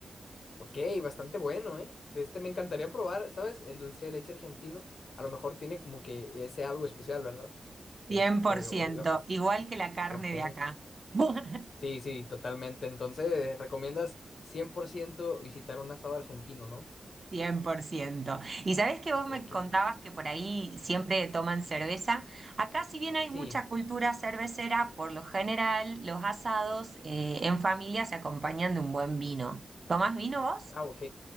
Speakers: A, on the left; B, on the right.
A: ok, bastante bueno, ¿eh? De este me encantaría probar, ¿sabes? El dulce de leche argentino. A lo mejor tiene como que ese algo especial, ¿verdad? Este,
B: Cien por ciento,
A: o-
B: igual que la carne
A: Ok.
B: de acá. <laughs>
A: Sí, sí, totalmente. Entonces, recomiendas 100% visitar un asado argentino, ¿no?
B: cien por ciento Y sabés que vos
A: Ok.
B: me contabas que por ahí siempre toman cerveza. Acá, si bien hay
A: Sí.
B: mucha cultura cervecera, por lo general los asados eh, en familia se acompañan de un buen vino. ¿Tomás vino vos?
A: Ah, ok.